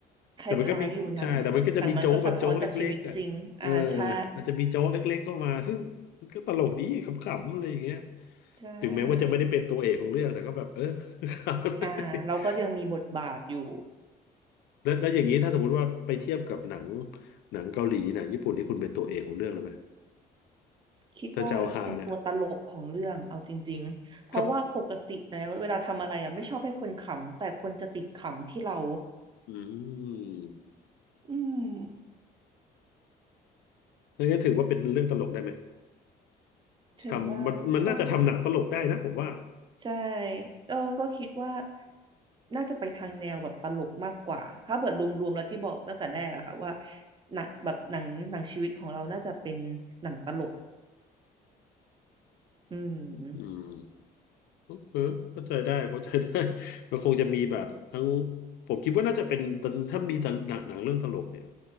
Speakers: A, on the right; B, on the left.
A: คล้ายๆอยู่หนังมันหนังมันก็สะท้อนจากชีวิตจริงอ่าใช่
B: แต่มันก็มีใช่แต่มันก็จะมีโจ๊กแบบโจ๊กเล็กๆอ่ะเออมันจะมีโจ๊กเล็กๆเข้ามาซึ่งมันก็ตลกดีขำๆอะไรอย่างเงี้ย
A: <laughs> ใช่
B: ถึงแม้ว่าจะไม่ได้เป็นตัวเอกของเรื่องแต่ก็แบบเออ <laughs>
A: อ่าเราก็ยังมีบทบาทอยู่
B: แล้วแล้วอย่างนี้ถ้าสมมติว่าไปเทียบกับหนังหนังเกาหลีหนังญี่ปุ่นนี่คุณเป็นตัวเอกของเรื่องเลยไหม
A: คิดว่าเป็นตัวตลกของเรื่องเอาจริงๆเพราะว่าปกติแล้วเวลาทำอะไรอ่ะไม่ชอบให้คนขำแต่คนจะติดขำที่เรา
B: ถ้าจะเอาฮาเนี่ยครับอืม
A: อืม
B: งั้นถือว่าเป็นเรื่องตลกได้ไหม
A: ถือว่าก็
B: ทำมันมันน่าจะทำหนังตลกได้นะผมว่า
A: ใช่เออ ก็คิดว่าน่าจะไปทางแนวแบบตลกมากกว่าถ้าเกิดรวมๆแล้วที่บอกตั้งแต่แรกอะค่ะว่าหนังแบบหนังหนังชีวิตของเราน่าจะเป็นหนังตลกอืม
B: อืม เออเข้าใจได้เข้าใจได้ <laughs> มันคงจะมีแบบทั้งผมคิดว่าน่าจะเป็นตอนถ้ามีตลหนังหนังเรื่องตลกเนี่ย